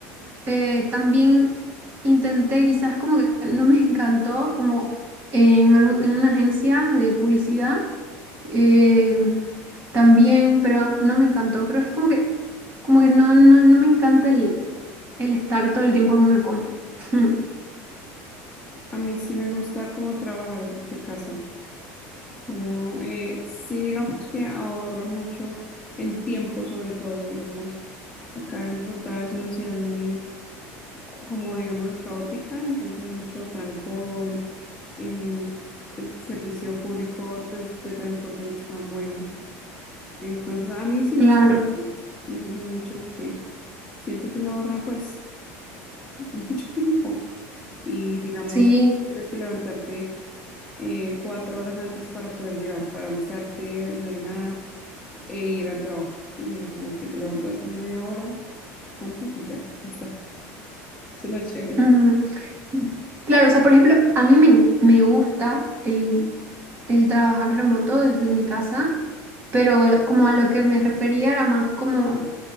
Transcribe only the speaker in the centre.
A mí sí me gusta como trabajar desde casa, como eh, sí digamos que ahorra mucho en tiempo, sobre todo, digamos. Acá en Bogotá es una ciudad muy, como digámoslo, caótica, entonces hay mucho trancón, em, el servicio público pues, de transporte no es tan bueno. Entonces a mí sí me
sirve, eso, me sirve mucho porque siento que uno ahorra pues <laughs> mucho tiempo y digamos,
tienes que levantarte eh, cuatro horas antes para poder llegar, para alistarte, desayunar e ir al trabajo, sí, sino como que te levantas media hora antes y ya está. Eso es lo chévere.